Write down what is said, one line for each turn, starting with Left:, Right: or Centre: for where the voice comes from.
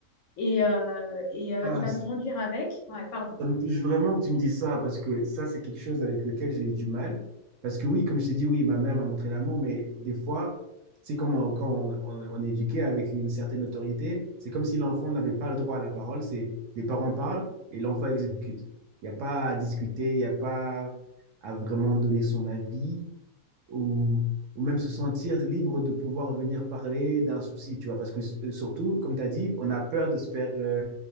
Left: et, euh, et euh,
Right: Ah,
Left: il va grandir avec. Ouais, pardon.
Right: Ça me touche vraiment que tu me dises ça, parce que ça, c'est quelque chose avec lequel j'ai eu du mal. Parce que oui, comme je t'ai dit, oui, ma mère m'a montré l'amour, mais des fois, c'est comme on- quand on, on- on est éduqué avec une certaine autorité, c'est comme si l'enfant n'avait pas le droit à la parole, c'est les parents parlent et l'enfant exécute. Il n'y a pas à discuter, il n'y a pas à vraiment donner son avis ou, ou même se sentir libre de pouvoir venir parler d'un souci, tu vois. Parce que euh, surtout, comme tu as dit, on a peur de se faire euh,